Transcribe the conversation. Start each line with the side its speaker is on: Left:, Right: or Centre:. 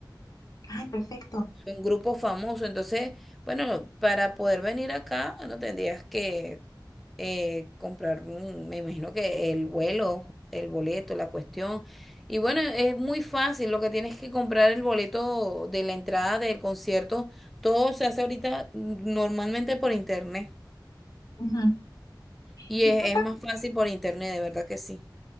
Left: Ay, perfecto.
Centre: un grupo famoso. Entonces, bueno, para poder venir acá, bueno, tendrías que eh, comprar, un- me imagino que el vuelo, el boleto, la cuestión. Y bueno, es muy fácil, lo que tienes que comprar el boleto de la entrada del concierto, todo se hace ahorita mm, normalmente por internet.
Left: Ujú.
Centre: Y
Left: ¿Y
Centre: es,
Left: qué
Centre: es
Left: tan,
Centre: más fácil por internet, de verdad que sí.